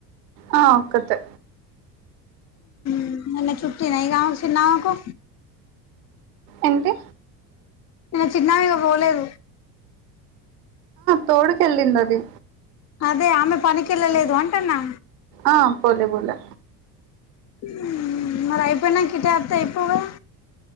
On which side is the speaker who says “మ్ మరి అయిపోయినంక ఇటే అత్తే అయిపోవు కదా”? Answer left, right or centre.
Left